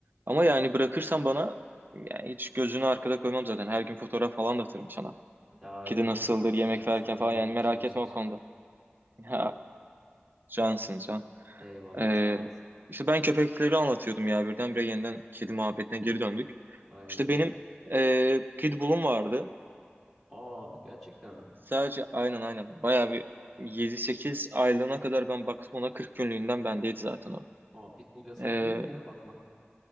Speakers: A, on the right; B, in the centre.
A: Ama yani bırakırsan bana yani hiç gözünü arkada koymam zaten. Her gün fotoğraf falan da atarım sana.
B: Ya
A: Kedi
B: yok
A: nasıldır
B: ya kanka
A: yemek
B: ya.
A: verirken
B: Sana
A: falan
B: güvenim
A: yani merak
B: sonsuz.
A: etme o konuda. <laughs> Ha, cansın can.
B: Eyvallah
A: Ee,
B: sağ olasın.
A: işte ben köpekleri anlatıyordum ya birdenbire yeniden kedi muhabbetine geri döndük.
B: Aynen.
A: İşte benim e, Pitbull'um vardı.
B: Aa gerçekten mi?
A: Sadece aynen aynen bayağı bir yedi sekiz aylığına kadar ben baktım ona 40 günlüğünden bendeydi zaten o.
B: Aa pitbull yasak
A: E,
B: değil mi ya bakmak?